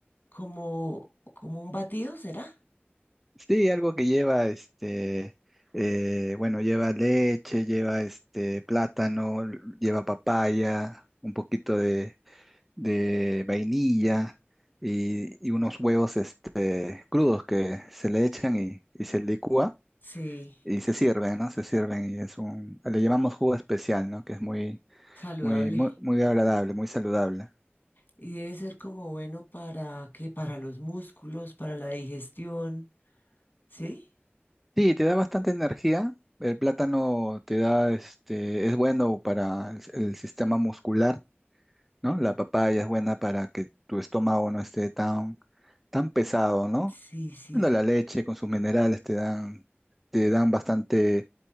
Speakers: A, on the left (about 50°); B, in the centre.
A: Como, como un batido, ¿será?
B: Sí, algo que lleva este, eh, bueno, lleva leche, lleva este plátano, lleva papaya, un poquito de de vainilla y, y unos huevos este, crudos que se le echan y, y se licúa
A: Sí,
B: y se sirven, ¿no? Se sirven y es un, le llamamos jugo especial, ¿no? Que es muy,
A: saludable.
B: muy, muy, muy agradable, muy saludable.
A: Y debe ser como bueno para que para los músculos, para la digestión, ¿sí?
B: Sí, te da bastante energía. El plátano te da, este, es bueno para el, el sistema muscular, ¿no? La papaya es buena para que tu estómago no esté tan, tan pesado, ¿no?
A: Sí, sí.
B: Bueno, la leche con sus minerales te dan, te dan bastante